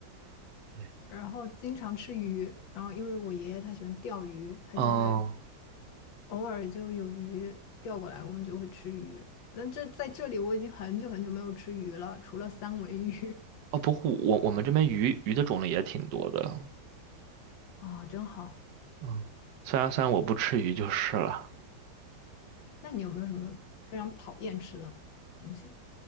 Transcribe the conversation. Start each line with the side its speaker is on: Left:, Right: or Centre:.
Right: <laughs>
Left: <laughs>
Right: 嗯，
Left: 然后经常吃鱼，然后因为我爷爷他喜欢钓鱼，他就会
Right: 哦，
Left: 偶尔就有鱼钓过来，我们就会吃鱼。那这在这里我已经很久很久没有吃鱼了，除了三文鱼
Right: 哦不过我我们这边鱼鱼的种类也挺多的，
Left: <laughs> 啊，真好。
Right: 嗯，虽然虽然我不吃鱼就是了。
Left: 那你有没有什么非常讨厌吃的东西